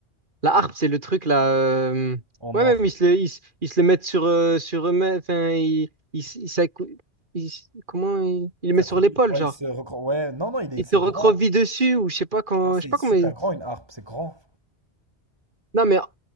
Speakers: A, on the right; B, on the right.
A: La harpe, c'est le truc là. euh,
B: en
A: Ouais,
B: or.
A: même ils se le, ils, se ils se le mettent sur, euh, sur eux-mêmes. Enfin, ils, ils, s- ils, s'accou- ils s- comment ils, ils le
B: Ça
A: mettent
B: croupit.
A: sur l'épaule,
B: Ouais,
A: genre.
B: il se recro... Ouais, non, non, il est,
A: Ils
B: c'est
A: te recroquevillent
B: grand.
A: dessus ou je sais pas quand,
B: Ouais, c'est
A: je sais pas
B: super
A: comment. ils-
B: grand une harpe, c'est grand.
A: non, mais